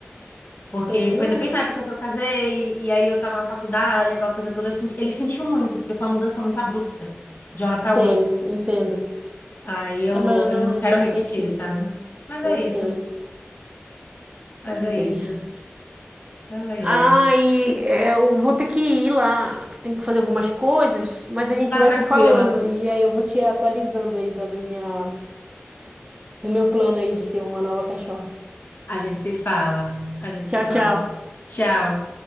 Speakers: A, on the left (about 50°); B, on the right (about 25°).
A: Porque
B: Sei, não.
A: foi bem na época que eu casei, e aí eu tava na faculdade, aquela coisa toda. Eu senti, ele sentiu muito, porque foi uma mudança muito abrupta, de uma hora pra
B: Sei,
A: outra.
B: entendo.
A: Aí eu,
B: É, mas
A: eu
B: não
A: não quero
B: faz
A: repetir,
B: sentido.
A: sabe? Mas é
B: Eu
A: isso,
B: sei.
A: mas
B: Vamos
A: é
B: ver
A: isso.
B: isso.
A: Ai,
B: Ah,
A: ai.
B: e eu vou ter que ir lá, que tem que fazer algumas coisas, mas a gente
A: Vá
B: vai
A: tranquila.
B: se falando e aí eu vou te atualizando aí da minha, do meu plano aí de ter uma nova cachorra.
A: A gente se fala, a gente
B: Tchau,
A: se fala.
B: tchau.
A: Tchau.